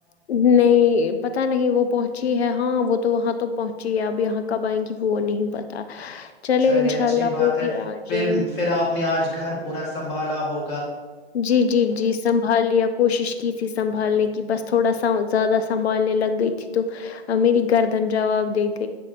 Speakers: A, on the left; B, on the left.
A: نہیں پت نہیں وہ پہنچی ہے ہاں وہ تو وہاں تو پہنچی ہے اب یہاں کب آئیں گی وہ نہیں پتا <unintelligible>
B: چلے
A: انشاء
B: اچھی
A: اللہ
B: بات
A: وہ
B: ہے
A: بھی آ
B: پھر
A: جائیں
B: پھر آپ نے آج گھر پورا سنبھالا ہو
A: جی جی جی سنبھال لیا کوشش ت سنبھنے کی بس تھا س زیادہ سنبھنے لگ گئی ت تو میری گردن جواب دے گی <unintelligible>